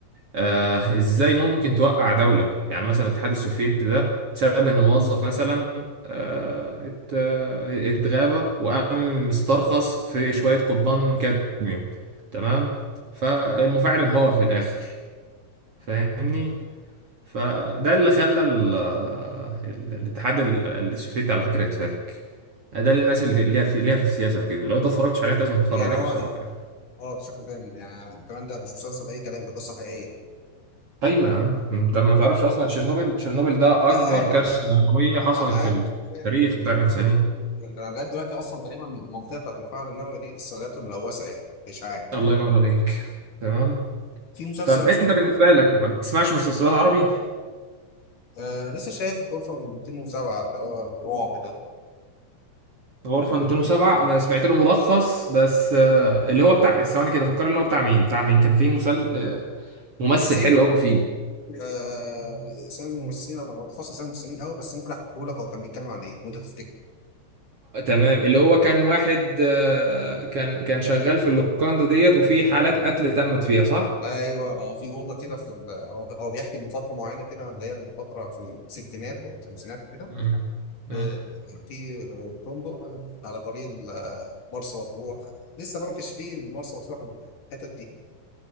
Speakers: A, on the right; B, on the left.
A: آه ازاي ممكن توقع دولة يعني مثلا الاتحاد السوفيتي ده بسبب ان موظف مثلا آه ات- آه، اتغابى وقام استرخص في شوية قضبان كادميوم تمام فالمفاعل انهار في الاخر فاهمني فده اللي خلى ال- ال- الاتحاد ال- السوفيتي على فكرة يتفك ده للناس اللي ليها في ليها في السياسة وكده لو انت اتفرجتش عليه انت لازم تتفرج
B: يعني هو
A: عليه الصراحة يعني
B: اه ده شكله جامد يعني كمان ده مش مسلسل اي كلام ده قصه حقيقيه
A: ايوه يا عم انت ما تعرفش اصلا تشيرنوبل تشيرنوبل ده
B: لا
A: اكبر
B: عارف
A: كارثة نووية حصلت
B: انا عارف
A: في التاريخ
B: يعني،
A: بتاع الانسانية
B: انا لغايه دلوقتي اصلا تقريبا المنطقه بتاعت المفاعل النووي دي لسه لغايه ملوثه يعني مش عارف
A: الله ينور عليك تمام
B: في مسلسل
A: طب
B: انا
A: انت
B: شفته
A: بالنسبة لك ما بتسمعش مسلسلات عربي
B: آه لسه شايف غرفه 207 اللي هو الرعب ده
A: غرفة 207 انا سمعت له ملخص بس آه، اللي هو بتاع ثواني كده فكرني اللي هو بتاع مين بتاع مين كان فيه مسل... آه، ممثل
B: بس
A: حلو قوي فيه
B: آه، اسامي الممثلين انا بحفظ اسامي الممثلين قوي بس ممكن احكيه لك هو كان بيتكلم عن ايه وانت تفتكر
A: تمام اللي هو كان واحد آه، كان كان شغال في اللوكاندا ديت وفي حالات قتل تمت فيها صح؟
B: ايوه اه في اوضه كده في ال- هو هو بيحكي من فتره معينه كده اللي هي الفتره في الستينات والخمسينات كده
A: مم. مم.
B: آه، في آه، فندق على طريق ال- مرسى مطروح لسه ما كانش فيه مرسى مطروح الحتت دي